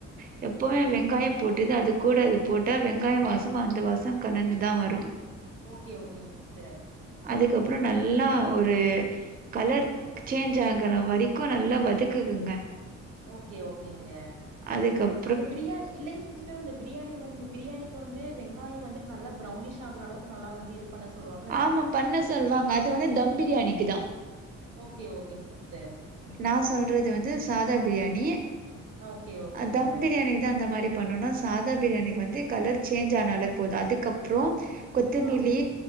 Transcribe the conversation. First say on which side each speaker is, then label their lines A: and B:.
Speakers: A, on the right; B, on the right.
A: எ எப்போமே வெங்காயம் போட்டுது அதுக்கூட அது போட்டா வெங்காயோ வாசம் அந்த வாசம் கலந்துதா வரு
B: ஓகே ஓகேங் சிஸ்டர்
A: அதுக்கப்றோ நல்லா ஒரு கலர் சேஞ்ச் ஆகுற வரைக்கு நல்லா வதக்குங்க
B: ஓகே ஓகேங்க
A: அதுக்கப்
B: அந்த பிரியாணி இல்லைங் சிஸ் டரு இந்த பிரியாணி வந்து இந்த பிரியாணிக்கு வந்து வெங்காயோ வந்துட்டு நல்லா ப்ரௌனிஷாகுற அளவுக்கு நல்லா வந்து இது பண்ண சொல்லுவாங்க
A: ஆமா பண்ண சொல்வாங்க அது வந்து தம் பிரியாணிக்கு தா
B: ஓகே ஓகேங் சிஸ்டர்
A: நா சொல்றது வந்து சாதா பிரியாணி
B: ஓகே ஓகேங்க
A: தம் பிரியாணிக்கு தா அந்த மாரி பண்ணனு சாதா பிரியாணிக்கி வந்து கலர் சேஞ்சானாலே போது அதுக்கப் புறோ கொத்தமெலி
B: ஆ